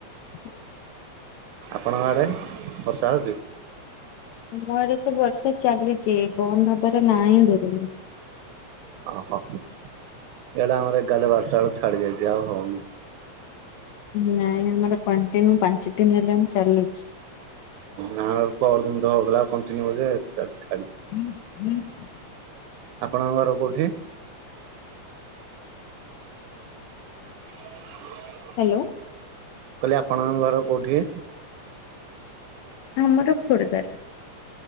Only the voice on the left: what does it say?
ହୁଁ। <inaudible>
ମ ଆଡେ ତ ବର୍ଷା ଚାଲିଛି ବନ୍ଦ ହବାର ନା ହିଁ ଧରୁନି।
ନାଇଁ ଆମର କଣ୍ଟିନ୍ୟୁ ପାଞ୍ଚ ଦିନ ହେଲାଣିଁ ଚାଲିଛି।
<inaudible>
ହାଲୋ।
ଆମର ଖୋର୍ଦ୍ଧାର।